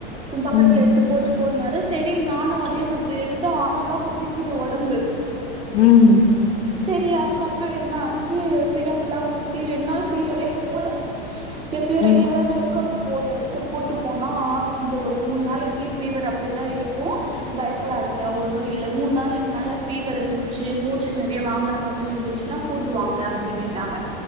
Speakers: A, on the right; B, on the left.
A: உ பக்கத்துல
B: ம்
A: எடுத்து போட்டு சேரி நானு அதே மாதிரி எடுத்த அனல்லா கொதிக்குது ஒடம்பு
B: உம்
A: சரி அதுக்கப்புறோ என்னாச்சு சிரப்பெல்லா ஊத்தி ரெண்டு நாள் ஃபீவரே போல எப்பியூ
B: ம்
A: ரெகுலரா செக்கப் ஒரு எடத்துக்கு கூட்டு போனா ஆ அந்த ஒரு மூணு நாளைக்கு ஃபீவர் அப்படிதா இருக்கு பயப்படாதீங்க ஒன்னு இல்ல மூணு நாளிக்கு மேல ஃபீவர் இருந்துச்சு மூச்சு நெறைய வாங்கற மாதிரி இருந்துச்சுன்னா கூட்டுவாங்க அப்படின்னுட்டாங்க